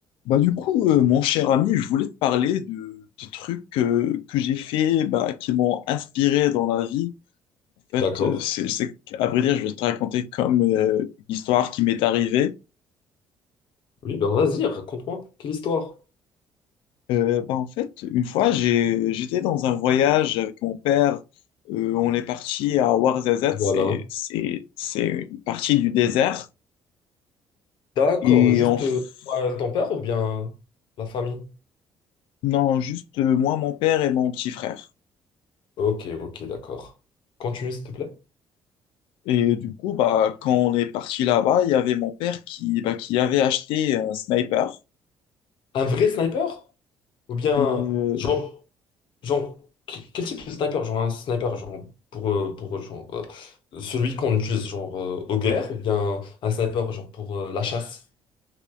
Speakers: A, on the left; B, on the left.
A: Bah, du coup, euh, mon cher ami, je voulais te parler de, de trucs euh, que j'ai fait, bah, qui m'ont inspiré dans la vie. En fait,
B: D'accord.
A: euh, c'est, c'est, à vrai dire, je vais te raconter comme euh, une histoire qui m'est arrivée.
B: Oui, ben vas-y, raconte-moi. Quelle histoire?
A: Euh, bah, en fait, une fois, j'ai, j'étais dans un voyage avec mon père. Euh, on est parti à Ouarzazate,
B: Voilà.
A: c'est, c'est, c'est une partie du désert.
B: D'accord.
A: Et
B: Juste
A: on... f-
B: euh, euh, ton père ou bien la famille?
A: Non, juste euh, moi, mon père et mon petit frère.
B: Ok, ok, d'accord. Continue, s'il te plaît.
A: Et du coup, bah, quand on est parti là-bas, il y avait mon père qui, bah, qui avait acheté un sniper.
B: Un vrai sniper? Ou bien,
A: Euh,
B: genre, genre, que- quel type de sniper? Genre un sniper, genre, pour, euh, pour genre, euh, celui qu'on utilise, genre, euh, aux guerres, ou bien un sniper, genre, pour euh, la chasse?